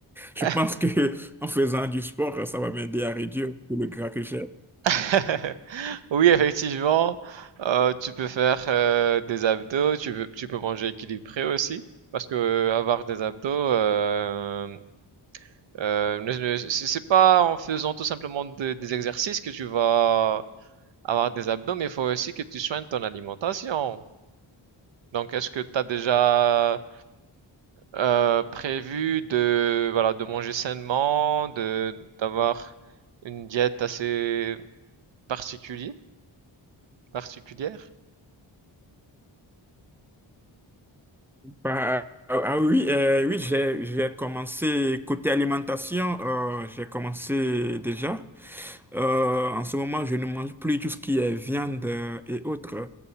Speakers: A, on the right (about 65°); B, in the centre.
A: <laughs>
B: je pense que en faisant du sport, ça va m'aider à réduire tout le gras que j'ai.
A: <laughs> Oui, effectivement, euh, tu peux faire euh, des abdos, tu peux, tu peux manger équilibré aussi, parce que euh, avoir des abdos, euh, euh, ne- ne- c'est c'est pas en faisant tout simplement de- des exercices que tu vas avoir des abdos, mais il faut aussi que tu soignes ton alimentation. Donc, est-ce que tu as déjà euh, prévu de, voilà, de manger sainement, de, d'avoir une diète assez particulière, particulière?
B: Bah, ah, ah oui, euh, oui, j'ai j'ai commencé côté alimentation, euh, j'ai commencé déjà. Euh, en ce moment, je ne mange plus tout ce qui est viande euh, et autres.